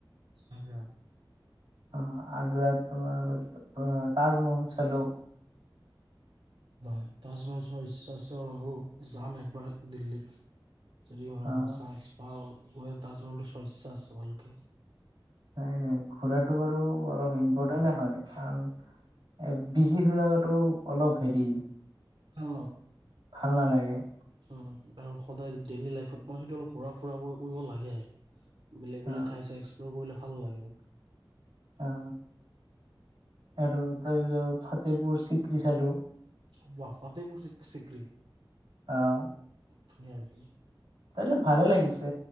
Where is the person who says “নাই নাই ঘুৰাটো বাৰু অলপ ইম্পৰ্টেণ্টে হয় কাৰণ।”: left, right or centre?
Right